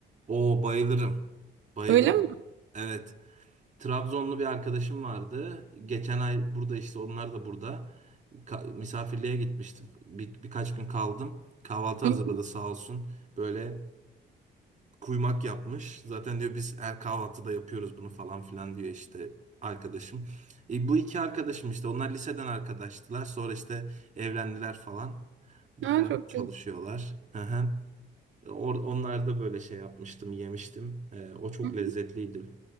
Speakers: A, on the right; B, on the right.
A: Oo bayılırım. Bayılırım.
B: Öyle mi?
A: Evet. Trabzonlu bir arkadaşım vardı. Geçen ay burada işte onlar da burada. Ka- misafirliğe gitmiştim. Bir, birkaç gün kaldım. Kahvaltı
B: <laughs>
A: hazırladı sağ olsun. Böyle kuymak yapmış. Zaten diyor biz her kahvaltıda yapıyoruz bunu falan filan diyor işte arkadaşım. E, bu iki arkadaşım işte onlar liseden arkadaştılar. Sonra işte evlendiler falan. Burada
B: Ha, çok
A: çalışıyorlar.
B: güzel.
A: Hı hı. Or- onlar da böyle şey yapmıştım, yemiştim. E, o çok
B: <laughs>
A: lezzetliydi.